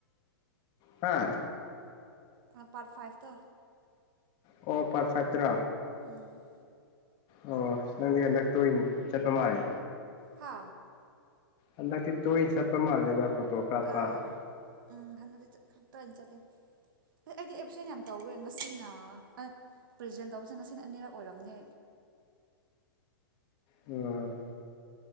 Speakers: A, on the left; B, on the right.
A: ꯍꯥ
B: ꯄꯔꯠ ꯐꯥꯏꯚ ꯇ
A: ꯑꯣ ꯄꯔꯊꯇ꯭ꯔ
B: ꯎꯝ
A: ꯑꯣ ꯅꯪꯗꯤ ꯍꯟꯗꯛꯇ ꯆꯠꯄ ꯃꯥꯜꯂꯦ
B: ꯍꯥ
A: ꯑꯗꯗꯤ ꯇꯣ ꯍꯁꯥꯕ ꯄ ꯃꯥꯜꯂꯦꯕ ꯐꯣꯇꯣ ꯀꯥꯞꯄ
B: ꯑ ꯎꯝ ꯍꯗꯤ ꯇꯅꯤ ꯆꯂꯦ ꯑꯁ ꯑꯩꯗꯤ ꯑꯦꯞꯁꯦꯟ ꯌꯥꯝ ꯇꯧꯋꯦ ꯉꯁꯤꯅ ꯄ꯭ꯔꯖꯦꯟ ꯇꯧꯕꯁꯦ ꯉꯁꯤꯅ ꯑꯅꯤꯔꯛ ꯑꯣꯏꯔꯝꯅꯦ
A: ꯑ